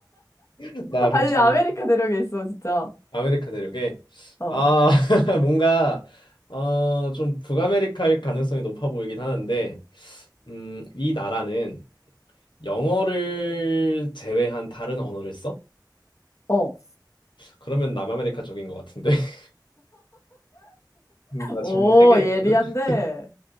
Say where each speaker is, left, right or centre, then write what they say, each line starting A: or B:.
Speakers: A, on the left (about 85°); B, on the left (about 40°).
A: <laughs> 나 그럼
B: 아니,
A: 지금
B: 아메리카 대륙에 있어, 진짜.
A: 아메리카 대륙에
B: 어.
A: 아, <laughs> 뭔가 어, 좀 북아메리카일 가능성이 높아 보이긴 하는데 음, 이 나라는 영어를 제외한 다른 언어를 써?
B: 어.
A: 그러면 남아메리카 쪽인 것 같은데. <laughs> 나
B: 오,
A: 질문 세 개 했거든.
B: 예리한데.
A: <laughs>